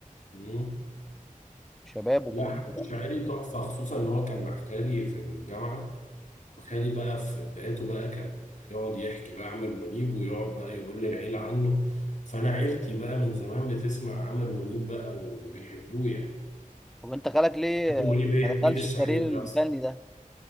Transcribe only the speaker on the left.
مم.
لا حمدي
شاعري تحفة خصوصا إن هو كان مع خالي في الجامعة وخالي بقى في بدايته بقى كان يقعد يحكي بقى عامر منيب ويقعد بقى يقول للعيلة عنه فأنا عيلتي بقى من زمان بتسمع عامر منيب بقى وبيحبوه يعني
عامر
منيب إيه
حميد
الشاعري
ده
أصلا